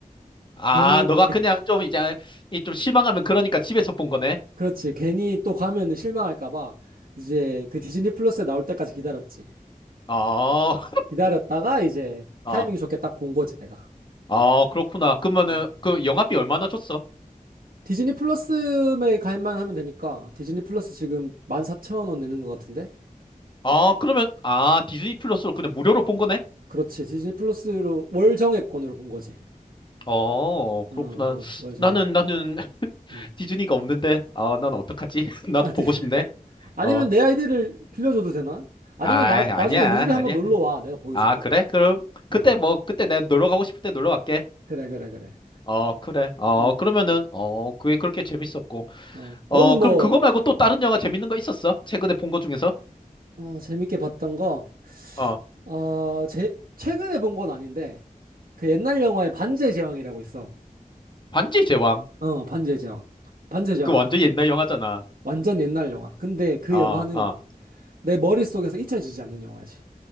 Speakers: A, on the left; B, on the right.
A: 아,
B: 괜히,
A: 너가 그냥 좀 이제, 이 좀 실망하면 그러니까 집에서 본 거네.
B: 그렇지. 괜히 또 가면은 실망할까 봐 이제 그 디즈니 플러스에 나올 때까지 기다렸지.
A: 아,
B: 기다렸다가 이제
A: <laughs> 아,
B: 타이밍이 좋게 딱 본 거지, 내가.
A: 아, 그렇구나. 그러면은,
B: 음.
A: 그 영화비 얼마나 줬어?
B: 디즈니 플러스에 가입만 하면 되니까 디즈니 플러스 지금 14,000원 내는 것 같은데?
A: 아, 그러면, 아, 디즈니 플러스로 그냥 무료로 본 거네?
B: 그렇지. 디즈니 플러스로 월 정액권으로 본 거지.
A: 어, 그렇구나.
B: 어, 어, 월 정액권.
A: 나는, 나는 <laughs>
B: 음.
A: 디즈니가 없는데, 아, 난 어떡하지? <laughs> 나도
B: 아, 네.
A: 보고 싶네.
B: 아니면
A: 어,
B: 내 아이디를 빌려줘도 되나? 아니면
A: 아,
B: 나,
A: 아니야,
B: 나중에 우리 집에 한번
A: 아니야.
B: 놀러 와. 내가 보여줄게.
A: 아, 그래? 그럼, 그때
B: 어,
A: 뭐, 그때 내가 놀러 가고 싶을 때 놀러 갈게.
B: 그래, 그래, 그래.
A: 어, 그래. 어,
B: 음,
A: 그러면은, 어, 그게 그렇게 재밌었고.
B: 어,
A: 어,
B: 너는 뭐,
A: 그럼 그거 말고 또 다른 영화 재밌는 거 있었어? 최근에 본 거 중에서?
B: 어, 재밌게 봤던 거,
A: 어,
B: 어, 제, 최근에 본 건 아닌데, 그 옛날 영화에 반지의 제왕이라고 있어.
A: 반지의 제왕.
B: 어, 반지의 제왕. 반지의 제왕
A: 그 완전
B: 알아?
A: 옛날 영화잖아.
B: 완전 옛날 영화. 근데 그
A: 어,
B: 영화는
A: 어,
B: 내 머릿속에서 잊혀지지 않는 영화지.